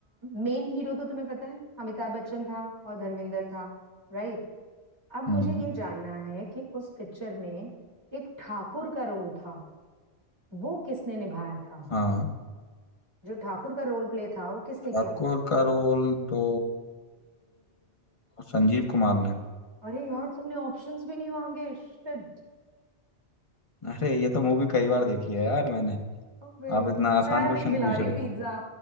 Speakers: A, on the right; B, on the left.
A: मेन हीरो तो तुम्हें पता है अमिताभ बच्चन था और धर्मेंद्र था राइट अब
B: हम्म
A: मुझे ये जानना है कि उस पिक्चर में एक ठाकुर का रोल था वो किसने निभाया था
B: हाँ
A: जो ठाकुर का रोल प्ले था वो किसने
B: ठाकुर
A: किया था
B: का रोल तो संजीव कुमार ने
A: अरे यार तुमने ऑप्शंस भी नहीं मांगे शिट
B: अरे ये तो मूवी कई बार देखी है यार मैंने
A: अबे
B: आप इतना आसान
A: मैं
B: क्वेश्चन
A: नहीं खिला
B: पूछ
A: रही
B: रहे
A: पिज्जा
B: हो